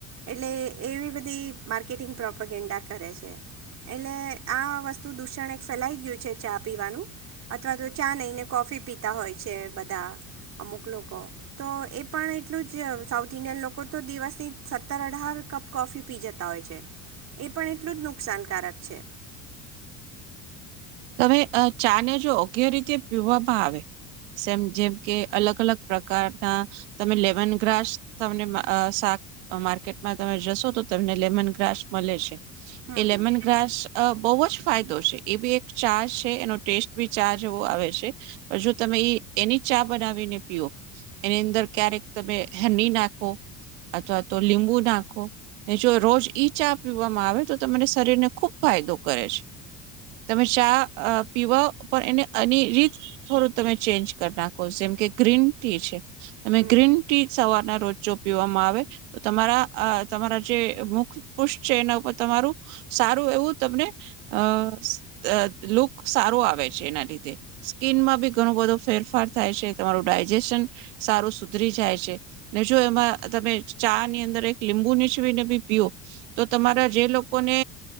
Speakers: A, on the right; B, on the right.
A: એટલે એવી બધી માર્કેટિંગ પ્રોપોગેન્ડા કરે છે. એટલે આ વસ્તુ દૂષણ એક ફેલાઈ ગયું છે. ચા પીવાનું અથવા તો ચા નહીંને કોફી પીતા હોય છે બધા, અમુક લોકો કો તો એ પણ એટલું જ સાઉથ ઇન્ડિયન લોકો તો દિવસ ની સત્તર-અઢાર કપ કોફી પી જતા હોય છે, એ પણ એટલું જ નુકસાનકારક છે.
B: તમેઅ ચાને જો યોગ્ય રીતે પીવામાં આવે, જેમ કે અલગ અલગ પ્રકારના તમે લેમન ગ્રાસ તમને શાક માર્કેટમાં તમે જશો તો તમને લેમન ગ્રાસ મળે છે.
A: હમ
B: એ લેમન
A: હમ
B: ગ્રાસ અ બવજ ફાય દોષે એવી એક ચા છે, એનો ટેસ્ટ બી ચા જેવો આવે છે. પણ જો તમે ઈ એની ચા બનાવીને પીઓ, એની અંદર ક્યારેક તમે હેની નાખો અથવા તો લીંબુ નાખો. ને જો રોજ ઈ ચા પીવામાં આવે તો તમને શરીરને ખુબ ફાયદો કરે છે. તમે ચા અ પીવા પણ એને અને રીત થોડું તમે ચેન્જ કરી નાખો, જેમ કે ગ્રીન ટી છે. તમે
A: હમ
B: ગ્રીન ટી સવારના રોજ ચો પીવામાં આવે તો, તમારા આ તમારા જે મુખ પુષ છે, એના ઉપર તમારું સારું એવું તમને અ અ લુક સારો આવે છે એના લીધે સ્કીનમાં બી ઘણો બધો ફેરફાર થાય છે, તમારું ડાયજેશન સારું સુધરી જાય છે ને, જો એમાં તમે ચા ની અંદર એક લીંબુ નીચવીને બી પીઓ તો તમારા જે લોકોને